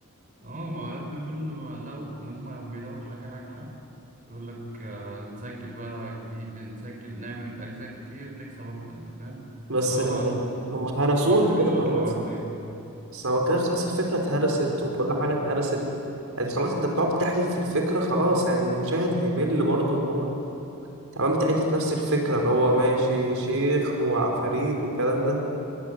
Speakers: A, on the right (about 40°); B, on the right (about 70°).
A: اه ما هو يا ابني كل ما لقوا اللي هم لما بيلاقوا حاجه ناجحه يقول لك آه، نسجل بقى جديد نسجل نعمل اجزاء كتير نكسب اكتر انت فاهم
B: بس
A: طالما
B: لو ما هم هرسوها
A: طالما الحاجه
B: كده
A: دي
B: خلاص
A: واكله مع الناس
B: بس هو كده خلاص الفكرة اتهرست وكل حاجة اتهرست يعني خلاص انت بتقعد تحلف في الفكرة خلاص يعني المشاهد هيمل برضه ان هو تمام بتعيد نفس الفكرة اللي هو ماشي شيخ وعفاريت والكلام ده